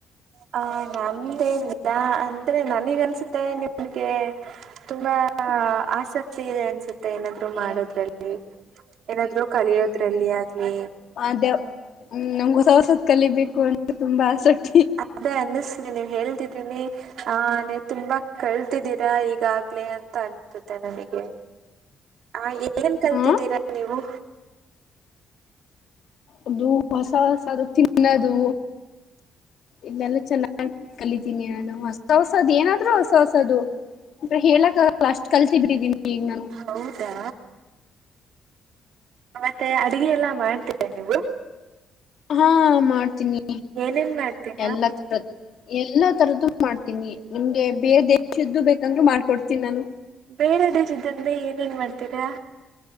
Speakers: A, on the right; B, on the left.
A: ಹಾ ನಮ್ದೇನಿಲ್ಲ ಅಂದ್ರೆ ನಂಗ ಅನ್ಸುತ್ತೆ ನಿಮ್ಗೆ ತುಂಬಾ ಆಸಕ್ತಿ ಇದೆ ಅನ್ಸುತ್ತೆ ಏನಾದ್ರು ಮಾಡೋದ್ರಲ್ಲಿ. ಏನಾದ್ರು ಕಲಿಯೋದ್ರಲ್ಲಿ ಆಗ್ಲಿ
B: ಮಹಾದೇವ ನಮ್ಗ ಹೊಸ ಹೊಸತ್ ಕಲಿಬೇಕು ಅಂತ ತುಂಬಾ ಆಸಕ್ತಿ.
A: ಅದೇ ಅನಿಸ್ತಿದೆ ನೀವು ಹೇಳ್ತಿದ್ದೀನಿ. ಹಾ ನೀವು ತುಂಬಾ ಕಳ್ತಿದ್ದೀರಾ ಈಗಾಗ್ಲೇ ಅಂತ ಅನ್ಸುತ್ತೆ ನನಗೆ. ಆ ಏನ್ ಕಲ್ತಿದ್ದೀರಾ
B: ಹ
A: ನೀವು?
B: ಅದು ಹೊಸ ಹೊಸದು ತಿನ್ನದು. ಇಲ್ಲೆಲ್ಲ ಚೆನ್ನಾಗಿ ಕಲಿತೀನಿ ನಾನು ಹೊಸ ಹೊಸದು ಏನಾದ್ರೂ ಹೊಸ ಹೊಸದು. ಅಂದ್ರ ಹೇಳಕ್ಕಾಗಲ್ಲ ಅಷ್ಟ್ ಕಲ್ಸಿ ಬಿಟ್ಟಿದೀನಿ ಈಗ ನಾನು.
A: ಹೌದಾ ಮತ್ತೆ ಅಡುಗೆ ಎಲ್ಲ ಮಾಡ್ತೀರಾ ನೀವು?
B: ಹಾ ಮಾಡ್ತೀನಿ
A: ಏನೇನ್ ಮಾಡ್ತೀರಾ
B: ಎಲ್ಲ ತರದ ಎಲ್ಲಾ ತರದ್ದು ಮಾಡ್ತೀನಿ ನಿಮ್ಗೆ ಬೇರೆ ದೇಶದ್ದು ಬೇಕಂದ್ರರು ಮಾಡ್ಕೊಡ್ತೀನಿ ನಾನು.
A: ಬೇರೆ ದೇಶ್ದಂದೆ ಏನ್ಏನ್ ಮಾಡ್ತೀರಾ?